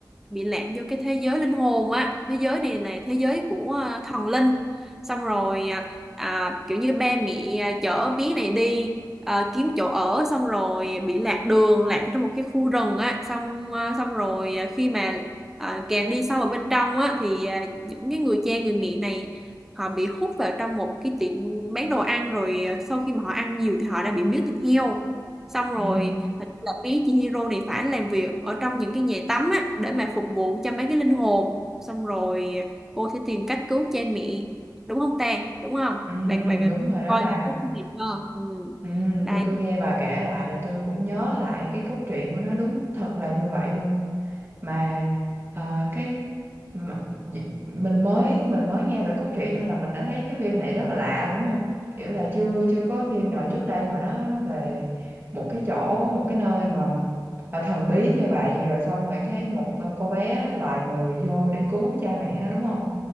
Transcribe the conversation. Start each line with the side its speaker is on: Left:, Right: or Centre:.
Centre: bị lạc vô cái thế giới linh hồn á thế giới này là thế giới của à, thần linh xong rồi à, à, kiểu như ba mẹ à, chở bé này đi à, kiếm chỗ ở xong rồi bị lạc đường lạc trong một cái khu rừng á xong à, xong rồi à, khi mà à, càng đi sâu vào bên trong á thì à, những cái người cha người mẹ này họ bị hút vào trong một cái tiệm bán đồ ăn rồi à, sau khi mà họ ăn nhiều thì họ đã bị miếu thịt heo xong
Right: ừ,
Centre: rồi hình như là bé Chihiro này phải làm việc ở trong những cái nhà tắm á để mà phục vụ cho mấy cái linh hồn xong rồi cô sẽ tìm cách cứu cha mẹ đúng không ta đúng không
Right: ừ,
Centre: bạn bạn
Right: đúng rồi đó
Centre: coi
Right: bà
Centre: cái kinh nghiệm đó ừ.
Right: Ừ,
Centre: đấy
Right: tôi tôi nghe bà kể lại là tôi cũng nhớ lại cái cốt truyện của nó đúng thật là như vậy luôn mà ờ, cái mà, d- mình mới mình mới nghe về cốt truyện thôi là mình đã thấy cái phim này rất là lạ rồi đúng không kiểu là chưa chưa có phim nào trước đây mà nó nó về một cái chỗ một cái nơi mà là thần bí như vậy rồi xong rồi cái một ờ, cô bé loài người vô để cứu cha mẹ nó đúng không